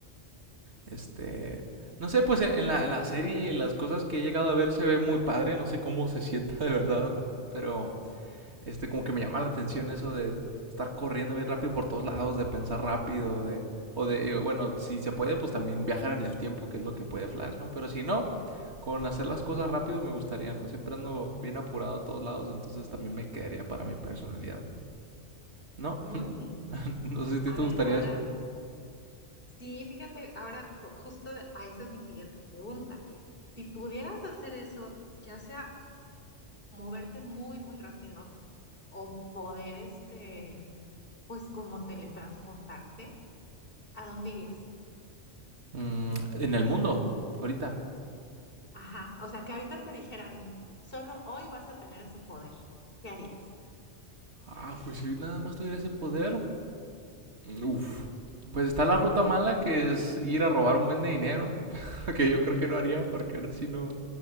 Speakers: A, on the right; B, on the left.
A: Este, no sé, pues en la, en la serie y las cosas que he llegado a ver se ve muy padre, no sé cómo se sienta de verdad, güey, pero este, como que me llama la atención eso de estar corriendo bien rápido por todos lados, de pensar rápido, de. O de, eh, bueno, si se puede, pues también viajar en el tiempo, que es lo que puede Flash, ¿no? Pero si no, con hacer las cosas rápido me gustaría, ¿no? Siempre ando bien apurado a todos lados, entonces también me quedaría para mi personalidad. ¿No?
B: Muy
A: <laughs>
B: bien.
A: no sé si a ti
B: A
A: te
B: ver,
A: gustaría
B: ahora...
A: eso.
B: Sí, fíjate, ahora po- justo de- a esa es mi siguiente pregunta. Si pudieras hacer eso, ya sea moverte muy, muy rápido o poder, este, pues como teletransportarte, ¿a dónde irías?
A: Mm, en el mundo, ahorita.
B: Ajá, o sea, que ahorita te dijeran, solo hoy vas a tener ese poder, ¿qué harías?
A: Ah, pues si nada más tuviera ese poder, Uf. Pues está la ruta mala que es ir a robar un buen de dinero, <laughs> que yo creo que no haría porque ahora sí no,